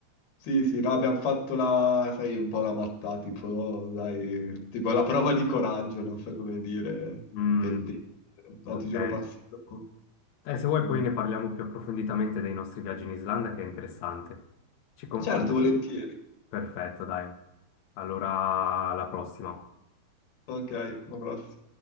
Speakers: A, on the left (about 85°); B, on the left (about 65°).
A: Sì, sì, no, abbiamo fatto la, sai, un po' la mattata, tipo, oh, dai, tipo la prova di coraggio, non so come dire,
B: Mm,
A: pentente, no,
B: ok.
A: ti giuro passato.
B: Eh, se vuoi
A: Mm.
B: poi ne parliamo più approfonditamente dei nostri viaggi in Islanda, che è interessante. Ci confrontiamo.
A: Certo, volentieri.
B: Perfetto, dai. Allora, alla prossima.
A: Ok, un abbraccio.